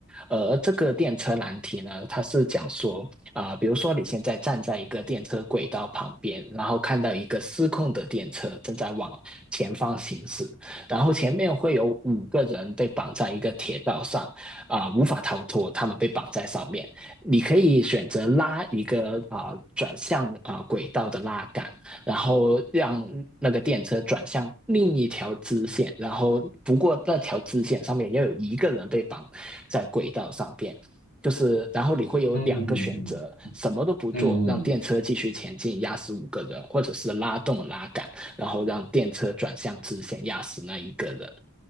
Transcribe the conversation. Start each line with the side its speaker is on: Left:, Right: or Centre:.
Centre: 而这个电车难题呢，它是讲说。啊、呃比如说你现在站在一个电车轨道旁边，然后看到一个失控的电车正在往前方行驶，然后前面会有五个人被绑在一个铁道上，啊、呃无法逃脱，他们被绑在上面。你可以选择拉一个啊、呃转向啊、呃轨道的拉杆，然后让那个电车转向另一条支线，然后不过那条支线上面要有一个人被绑在轨道上边。就是然后你会有两个选择，
Left: 嗯嗯
Centre: 什么都不做，
Left: 嗯嗯
Centre: 让电车继续前进，压死五个人，或者是拉动拉杆，然后让电车转向直线，压死那一个人。